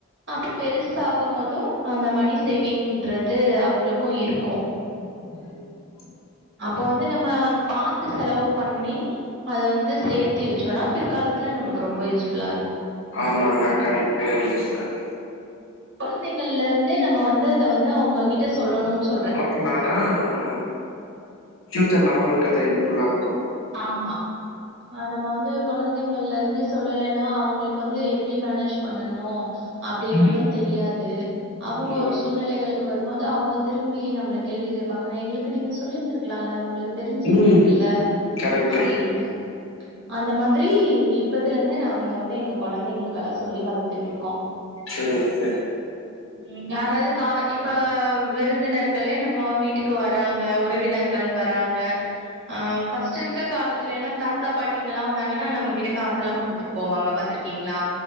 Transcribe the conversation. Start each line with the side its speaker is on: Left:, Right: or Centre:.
Right: அப்ப பெருச ஆகும் போது அந்த மணி சேவிங்ன்றது அவங்களுக்கு இருக்கு
Left: ம்
Right: அப்போ வந்து நம்ம பாத்து செலவு பண்ணி அத வந்து சேத்தி வச்சோனா பிற்காலத்துல நம்ளுக்கு ரொம்ப யூஸ்ஃபுல்லா இருக்கு
Left: ஆமாங்க கரெக்டு தா நீங்க சொல்றது
Right: குழந்தைங்கள்ல இருந்தே நம்ம வந்து அத வந்து அவங்ககிட்ட சொல்லணுனு சொல்றே
Left: க்னாதா நம்ம ப்ஃயூச்சர்ல அவங்களுக்கு அது ஹெல்ப்ஃபுல்லா இருக்கு
Right: ஆமா அது நம்ம வந்து குழந்தைங்கள்ல இருந்து சொல்லலைன்னா அவங்களுக்கு வந்து எப்டி மேனேஜ் பண்ணனு அப்டின்னல்லா
Left: ம்,
Right: தெரியாது அவுங்க
Left: ம், ஆமா.
Right: ஒரு சூழ்நிலைகளுக் கு வரும்போது அவுங்க திரும்பி நம்ள கேள்வி கேட்பாங்க எங்களுக்கு நீங்க சொல்லிருந்திருக்கலால உங்களு தெரிஞ்சிருந்திருக்குல்ல
Left: ம் கரெக்ட்
Right: அப்டின்னு அந்த மாதிரி இப்பத்துல இருந்தே நாங்க வந்து எங்க குழந்தைங்களுக்கெல்லாம் சொல்லி வளத்துட்டு இருக்கோ
Left: சேரிங்க சேரிங்
Right: ம் யாராவது கா இப்ப விருந்தினர்களே நம்ம வீட்டுக்கு வராங்க உறவினர் கள் வராங்க ஆ ஃபர்ஸ்ட் இருக்கற காலத்துலல்லா தாத்தா பாட்டிங்லா வந்தாங்கன்னா நம்மகிட்ட காச எல்லா குடுத்துட்டு போவங்க பாத்திருக்கீங்ளா